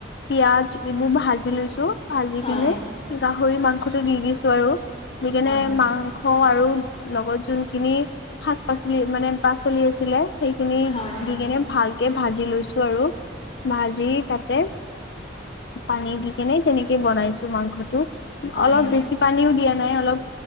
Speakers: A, on the left; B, on the left.
A: পিয়াজ এইবোৰ ভাজি লৈছো। ভাজি
B: হয়
A: কেনে, গাহৰি মাংসটো দি দিছো আৰু দি কেনে
B: হয়
A: মাং থ আৰু লগত যোনখিনি শাক পাচলি মানে পাচলি আছিলে। সেইখিনি
B: হয় হয় হয়
A: দি কেনে ভালকে ভাজি লৈছো আৰু, ভাজি তাতে পানী দি কেনে তেনেকে বনাইছো মাংসটো,
B: হয়
A: অলপ বেছি পানীও দিয়া নে অলপ